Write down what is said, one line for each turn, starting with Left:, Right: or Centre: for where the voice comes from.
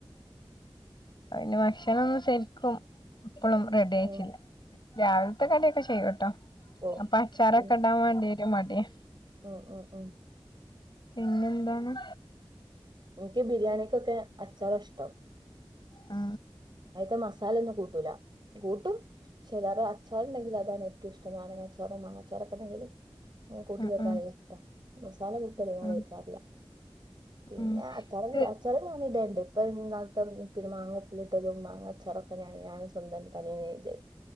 Left: അയിന് ഭക്ഷണന്നും സെര്ക്കും ഇപ്പളും റെഡിയകീല്ല
Right: ഉം
Left: രാവില്ത്തെ കടിയൊക്കെ ചെയ്യുട്ടോ
Right: ഓ
Left: അപ്പൊ അച്ചാറൊക്കെ
Right: പിന്നെ
Left: ഇടാൻ വേണ്ടി ഒരു മടിയാ
Right: ഉം ഉം ഉം
Left: പിന്നെന്താണ്.
Right: എനിക്ക് ബിരിയാണിക്കൊക്കെ അച്ചാറ ഇഷ്ടം
Left: ആ
Right: അയിത്തെ മസാല ഒന്നും കൂട്ടൂല്ല കൂട്ടും പക്ഷെ അയ്ലേറെ അച്ചാറുണ്ടെങ്കിൽ അതാണ് ഏറ്റവും ഇഷ്ടം നാരങ്ങ അച്ചാറ്. മങ്ങച്ചാറൊക്കെയുണ്ടെങ്കിൽ കൂട്ടി
Left: ഉം
Right: കൊയിക്കാനല്ലിഷ്ട
Left: ഉം
Right: മസാല കുട്ടി അധികം
Left: ഉം
Right: കഴിക്കാറില്ല പിന്നെ
Left: ഉം
Right: അച്ചാറ്
Left: ക്ക്
Right: അച്ചറ് നമ്മൾ ഇടണ്ട് ഇപ്പൊ ഇന്നാളത്തെപിന്നെ മാങ്ങഉപ്പി ഇട്ടതും മാങ്ങച്ചറുക്ക ഞാനും സ്വന്തം തനിയ നേത